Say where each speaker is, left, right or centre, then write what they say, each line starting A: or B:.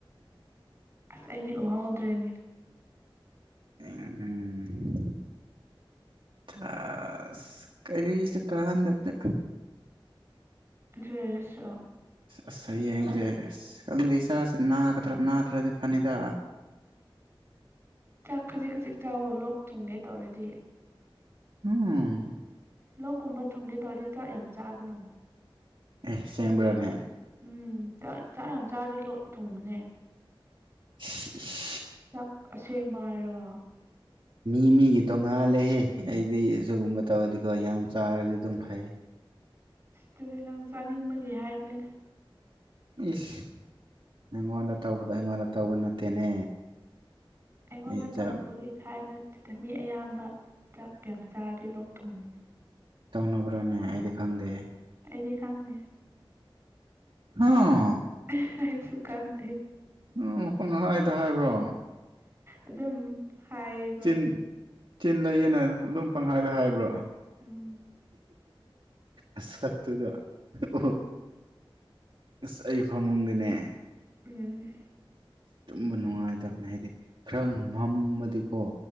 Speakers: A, on the right (about 25°); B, on the right (about 60°).
A: ꯑꯁ ꯑꯩꯗꯤ ꯎꯍꯧꯗ꯭ꯔꯦꯅꯦ
B: ꯎꯝ ꯎꯝ ꯊꯥꯁ ꯀꯔꯤꯁꯨ ꯀꯥꯟꯅꯗꯕꯗ
A: ꯑꯗꯨꯑꯣꯏꯔꯁꯨ
B: ꯑꯁ ꯍꯌꯦꯡꯁꯦ ꯑꯁ ꯈꯪꯗꯦ ꯏꯁꯥꯁꯦ ꯅꯥꯒꯗ꯭ꯔꯥ ꯅꯥꯗ꯭ꯔꯗꯤ ꯐꯅꯤꯗ
A: ꯆꯥꯛ ꯈꯖꯤꯛ ꯈꯖꯤꯛ ꯆꯥꯎ ꯂꯣꯛ ꯊꯨꯡꯒꯦ ꯇꯧꯔꯗꯤ
B: ꯎꯝ
A: ꯂꯣꯛꯀꯨꯝꯕ ꯊꯨꯡꯒꯦ ꯇꯧꯔꯗꯤ ꯆꯥꯛ ꯌꯥꯝ ꯆꯥꯒꯅꯨ
B: ꯑꯦ ꯁꯦꯡꯕ꯭ꯔꯅꯦ
A: ꯎꯝ ꯆꯥꯛ ꯆꯥꯛ ꯌꯥꯝ ꯆꯥꯔꯗꯤ ꯂꯣꯛ ꯊꯨꯡꯕꯅꯦ
B: ꯏꯁ ꯏꯁ
A: ꯆꯥꯛ ꯑꯁꯦꯡꯕ ꯍꯥꯏꯔꯒ
B: ꯃꯤ ꯃꯤꯒꯤ ꯇꯣꯉꯥꯜꯂꯦꯍꯦ ꯑꯩꯗꯤ ꯁꯤꯒꯨꯝꯕ ꯇꯧꯗꯤꯀꯣ ꯌꯥꯝ ꯆꯥꯔꯗꯤ ꯑꯗꯨꯝ ꯐꯩ
A: ꯑꯗꯨꯗꯤ ꯅꯪ ꯆꯥꯅꯤꯡꯕꯒꯤ ꯍꯥꯏꯕꯅꯤꯗ
B: ꯏꯁ ꯅꯪꯉꯣꯟꯗ ꯇꯧꯕꯗꯣ ꯑꯩꯉꯣꯟꯗ ꯇꯧꯕ ꯅꯠꯇꯦꯅꯦ
A: ꯑꯩꯉꯣꯟꯗ
B: ꯑꯩ ꯆꯥꯛ
A: ꯇꯧꯕꯒꯤ ꯍꯥꯏꯕ ꯅꯠꯇꯦꯗ ꯃꯤ ꯑꯌꯥꯝꯕ ꯆꯥꯛ ꯀꯌꯥꯝ ꯆꯥꯔꯗꯤ ꯂꯣꯛ ꯊꯨꯡꯕꯅꯦ
B: ꯇꯧꯅꯕ꯭ꯔꯥꯅꯦ ꯑꯩꯗꯤ ꯈꯪꯗꯦ
A: ꯑꯩꯗꯤ ꯈꯪꯗꯦ
B: ꯍ
A: ꯍꯥꯏ ꯑꯩꯁꯨꯈꯪꯗꯦ
B: ꯎꯝ ꯄꯨꯡ ꯍꯥꯏꯗ ꯍꯥꯏꯕ꯭ꯔꯣ
A: ꯑꯗꯨꯝ ꯍꯥꯏꯕ
B: ꯆꯤꯟ ꯆꯤꯟ ꯂꯩꯌꯦꯅ ꯑꯗꯨꯝ ꯄꯪꯍꯥꯏꯗ ꯍꯥꯏꯕ꯭ꯔꯣ
A: ꯎꯝ
B: ꯑꯁꯛ ꯇꯨꯒ ꯑꯣ ꯑꯁ ꯑꯩ ꯐꯥꯃꯨꯡꯗꯤꯅꯦ
A: ꯎꯝ
B: ꯇꯨꯝꯕ ꯅꯨꯡꯉꯥꯏꯇꯕꯅꯦ ꯍꯥꯏꯗꯤ ꯈꯔ ꯉꯝꯃꯗꯤ ꯑꯣ